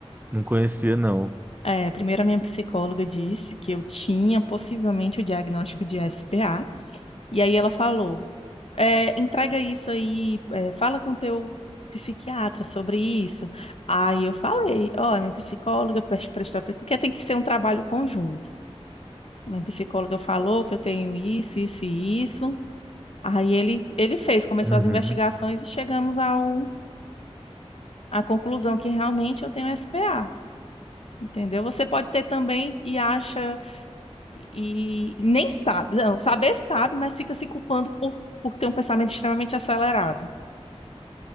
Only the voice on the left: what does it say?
eh, primeiro a minha psicóloga disse que eu tinha possivelmente o diagnóstico de SPA. E aí ela falou: eh, entrega isso aí, eh, fala com teu psiquiatra sobre isso. Aí eu falei: ó, minha psicóloga pres- prestou atenção, porque tem que ser um trabalho conjunto. Minha psicóloga falou que eu tenho isso, isso e isso. Aí ele, ele fez, começou
as investigações e chegamos ao, à conclusão que realmente eu tenho SPA. Entendeu? Você pode ter também e acha e, e nem sabe. Não, saber sabe, mas fica se culpando por, por ter um pensamento extremamente acelerado.